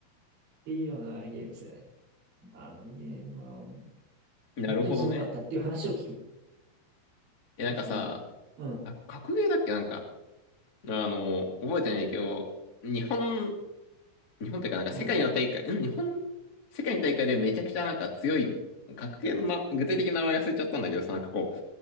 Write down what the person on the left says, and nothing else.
なるほどね。
え、なんかさ、
あ、格ゲーだっけなんか、あの、覚えてないけど、日本、日本というかなんか世界の大会、
ん日本世界の大会でめちゃくちゃなんか強い、格ゲーのな、具体的な名前忘れちゃったんだけどさ、なんかこう、